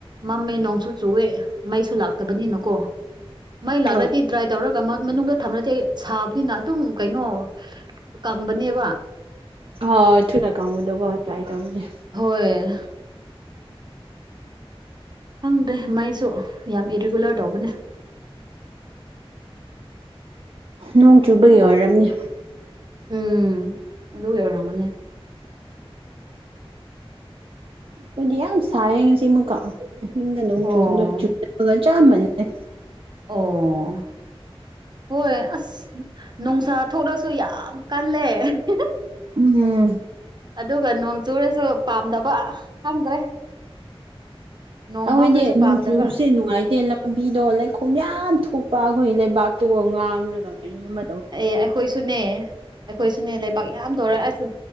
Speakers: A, on the right; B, on the right.
A: ꯃꯝꯃꯦ ꯅꯣꯡꯁꯨ ꯆꯨꯑꯦ ꯃꯩꯁꯨ ꯂꯥꯛꯇꯕꯅꯤꯅꯀꯣ ꯃꯩ ꯂꯥꯛꯔꯗꯤ
B: ꯍꯣꯏ
A: ꯗ꯭ꯔꯥꯏ ꯇꯧꯔꯒ ꯃꯅꯨꯡꯗ ꯊꯝꯂꯗꯤ ꯁꯥꯕꯅꯤꯅ ꯑꯗꯨꯝ ꯀꯩꯅꯣ ꯀꯪꯕꯅꯦꯕ
B: ꯑꯍ ꯊꯨꯅ ꯀꯪꯕꯗꯨꯀꯣ ꯗ꯭ꯔꯥꯏ ꯇꯧꯕꯒꯤ
A: ꯍꯣꯏ ꯈꯪꯗꯦ ꯃꯩꯁꯨ ꯌꯥꯝ ꯏꯔꯤꯒꯨꯂꯔ ꯇꯧꯕꯅꯦ
B: ꯅꯣꯡ ꯆꯨꯕꯒꯤ ꯑꯣꯏꯔꯝꯅꯤ
A: ꯎꯝ ꯑꯗꯨ ꯑꯣꯏꯔꯝꯒꯅꯤ꯫
B: ꯑꯩꯈꯣꯏꯗꯤ ꯌꯥꯝ ꯁꯥꯏꯌꯦ ꯉꯁꯤꯃꯨꯛꯀ ꯑꯍꯤꯡꯒ ꯅꯣꯡꯛ
A: ꯑꯣ
B: ꯆꯨꯕꯗꯣ ꯆꯨꯗꯕꯒꯥ ꯆꯞꯃꯥꯅꯩꯌꯦ
A: ꯑꯣ ꯍꯣꯏ ꯑꯁ ꯅꯨꯡꯁꯥ ꯊꯣꯛꯂꯁꯨ ꯌꯥꯝ ꯀꯜꯂꯦ ꯍꯤ ꯍꯤ
B: ꯎꯝ
A: ꯑꯗꯨꯒ ꯅꯣꯡ ꯆꯨꯔꯁꯨ ꯄꯥꯝꯗꯕ ꯈꯪꯗ꯭ꯔꯦ ꯅꯣꯡ
B: ꯑꯩꯈꫭꯏꯗꯤ
A: ꯃꯝꯂꯁꯨ
B: ꯅꯣꯡ
A: ꯄꯥꯝꯗꯕ
B: ꯆꯨꯁꯦ ꯅꯨꯡꯉꯥꯏꯇꯦ ꯂꯝꯕꯤꯗꯣ ꯂꯩꯈꯣꯝ ꯌꯥꯝ ꯊꯣꯛꯄ ꯑꯩꯈꯣꯏꯒꯤ ꯂꯩꯕꯥꯛꯇꯣ ꯉꯥꯡꯔꯒ ꯀꯔꯤꯅꯣꯃ
A: ꯑꯦ ꯑꯩꯈꯣꯏꯁꯨꯅꯦ ꯑꯩꯈꯣꯏꯁꯨꯅꯦ ꯂꯩꯕꯥꯛ ꯌꯥꯝ ꯇꯧꯔ ꯑꯁ